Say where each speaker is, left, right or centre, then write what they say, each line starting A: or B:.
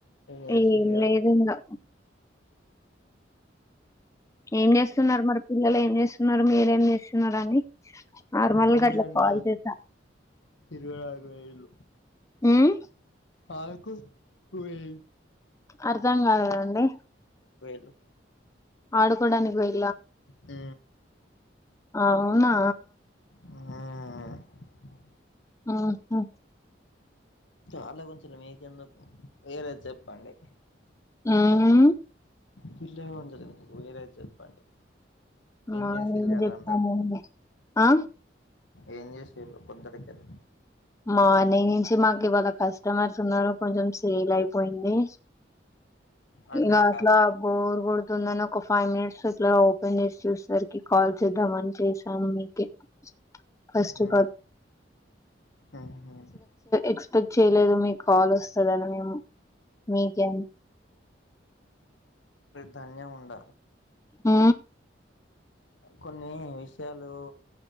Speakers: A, on the left; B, on the left.
A: చేసి
B: ఏం
A: వెళ్ళారా
B: లేదు ఇంగా ఏం చేస్తున్నారు మరి పిల్లలు ఏం చేస్తున్నారు మీరేం చేస్తున్నారు అని నార్మల్
A: ఆళన్న
B: గా అట్లా కాల్ చేసా
A: తిరుగుడకపోళు
B: ఉమ్
A: ఆకు తూ ఏ
B: అర్థం కాదు కదండి
A: లో
B: ఆడుకోడానికి పోయి
A: ఉ
B: అవునా
A: ఆ
B: ఆహ
A: ఆలో కొంచం మీకెందుకు వేరేది చెప్పండి
B: ఆ అ
A: పిల్ మీరే చెప్పండి
B: ఆ
A: చేసిర్రు
B: ఏం
A: ఇయాల
B: చెప్తానండి
A: అంతా
B: ఆ
A: ఏం చేసిరు పొద్దుటికి అది
B: మార్నింగ్ నుంచి మాకు ఇవాళ కస్టమర్స్ ఉన్నారు కొంచెం సేల్ అయిపోయింది
A: అర్థం
B: ఇంగ అట్లా
A: కాలే
B: బోర్ గు అందని ఒక ఫైవ్ మినిట్స్ ఇట్లా ఓపెన్ చేసి చూసేసరికి కాల్ చేద్దాంమని చేసాను మీక first
A: um,
B: all
A: um, um,
B: expect చేయలేదు మీకు కాల్ వస్తదని మేము మీకేం
A: ధన్యము ఉండ
B: ఊ
A: కొన్ని విషయాలు